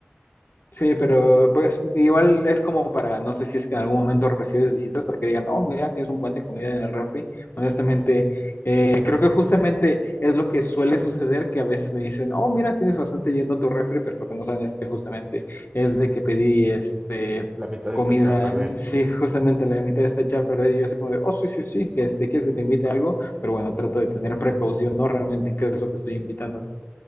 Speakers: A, on the left; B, on the right.
A: Sí, pero pues igual es como para, no sé si es que en algún momento recibes visitas para que digan, oh, mira, tienes un buen de comida en el refri. Honestamente, eh, creo que justamente es lo que suele suceder, que a veces me dicen, oh, mira, tienes bastante yendo tu refri, pero lo que no saben es que justamente es de que pedí este
B: La mitad
A: comida,
B: está hecha a perder.
A: sí, justamente la mitad está hecha a perder y yo así como de, oh, sí, sí, sí, que este, quieres que te invite a algo, pero bueno, trato de tener precaución, ¿no? Realmente en qué es lo que estoy invitando.